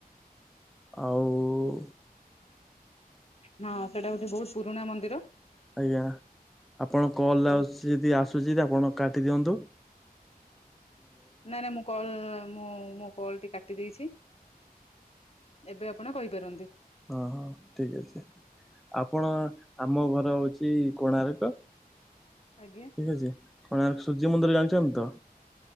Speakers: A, in the centre; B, on the left.
A: ଆଉ।
B: ହଁ ସେଇଟା ହଉଛି ବହୁତ ପୁରୁଣା ମନ୍ଦିର।
A: ଆଜ୍ଞା ଆପଣ କଲ୍
B: ବହୁତ
A: ଆସୁଚି ଯଦି ଆସୁଛି ଆପଣ କାଟିଦିଅନ୍ତୁ।
B: ନାଇଁ ନା ମୁଁ କଲ ମୁଁ ମୋ କଲ ଟି କାଟି ଦେଇଛି। ଏବେ ଆପଣ କହିପାରନ୍ତି।
A: ହଁ ଠିକ ଅଛି। ଆପଣ ଆମ ଘର ହଉଛି କୋଣାର୍କ।
B: ଆଜ୍ଞା।
A: ଠିକ୍ ଅଛି କୋଣାର୍କ ସୂର୍ଯ୍ୟ ମନ୍ଦିର ଜାଣିଛନ୍ତି ତ?